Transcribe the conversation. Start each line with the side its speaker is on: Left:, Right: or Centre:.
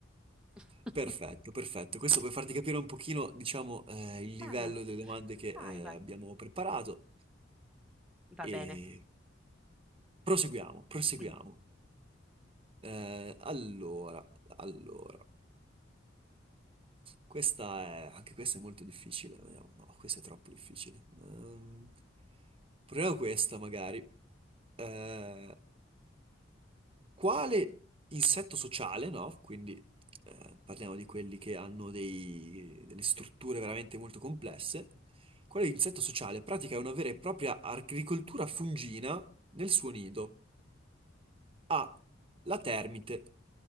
Centre: <laughs>
Right: Perfetto, perfetto. Questo per farti capire un pochino, diciamo, eh, il livello
Centre: Ah,
Right: delle domande che
Centre: vai,
Right: eh,
Centre: vai,
Right: abbiamo preparato.
Centre: va
Right: E
Centre: bene.
Right: Proseguiamo, proseguiamo.
Centre: Mm.
Right: Eh, allora, allora. Questa è, anche questa è molto difficile. Vediamo. No, questa è troppo difficile. Ehm, proviamo questa, magari. Eh, quale insetto sociale, no? Quindi eh, parliamo di quelli che hanno dei- delle strutture veramente molto complesse. Quale insetto sociale pratica una vera e propria agricoltura fungina nel suo nido? A. La termite.